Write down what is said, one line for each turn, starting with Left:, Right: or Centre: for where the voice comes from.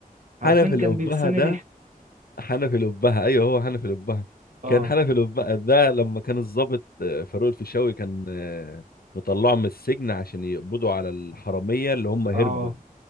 Right: عارفين
Left: حنفي الأبهة
Right: كان بيفصلني
Left: ده
Right: ضحك
Left: حنفي الأبهة أيوه هو حنفي الأبهة
Right: اه
Left: كان حنفي الأبهة ده لما كان الضابط آه، فاروق الفيشاوي كان آه، مطلعه من السجن عشان يقبضوا على الحرامية اللي هم هربوا
Right: اه